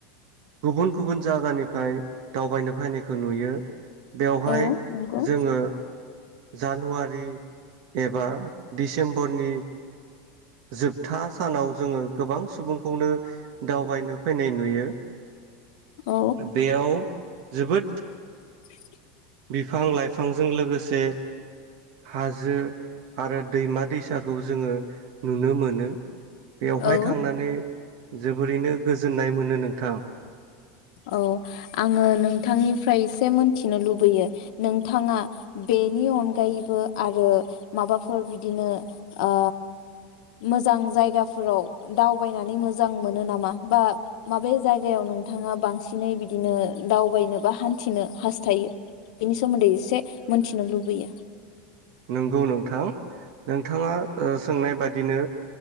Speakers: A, on the right; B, on the left.
A: गुबुन गुबुन जायगानिफ्राय दावबायनो फानायखौ नुयो बेवहाय
B: औ नंगौ
A: जोङो जानुवारि एबा दिसेम्बरनि जोबथा सानाव जोङो गोबां सुबुंखौनो दावबायनो फैनाय नुयो
B: औ
A: बेयाव जोबोद
B: <inaudible>
A: बिफां लाइफांजों लोगोसे हाजो आरो दैमा दैसाखौ जोङो नुनो मोनो। बेवहाय
B: औ
A: थांनानै जोबोरैनो गोजोननाय मोनो नोंथां।
B: औ आङो नोंथांनिफ्राय एसे मोनथिनो लुबैयो नोंथाङा बेनि अनगायैबो आरो माबाफोर बिदिनो ओ मोजां जायगाफोराव दावबायनानै मोजां मोनो नामा बा माबे जायगायाव नों थाङा बांसिनै बिदिनो दावबायनो बा हान्थिनो हास्थायो बिनि सोमोन्दै एसे मोनथिनो लुबैयो।
A: नंगौ नोंथां नोंथाङा ओ सोंनाय बादिनो